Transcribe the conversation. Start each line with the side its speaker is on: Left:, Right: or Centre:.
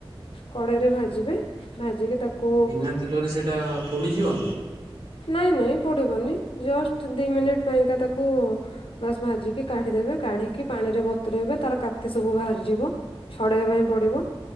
Left: କଡ଼େଇରେ ଭାଜିବେ। ଭାଜିବେ। ତାକୁ
Right: ବିନା ତେଲରେ ସେଇଟା ପୋଡିଯିବନି?
Left: ନାଇଁ ନାଇଁ ପୋଡିବନି। ଜଷ୍ଟ ଦୁଇ ମିନିଟ୍ ପାଇଁକା ତାକୁ ବାସ୍ ଭାଜିକି କାଢ଼ିଦେବେ କାଢ଼ିକି ପାଣିରେ ବତୁରାଇବେ ତାର କାତି ସବୁ ବାହାରିଯିବ ଛଡ଼େଇବା ପାଇଁ ପଡ଼ିବ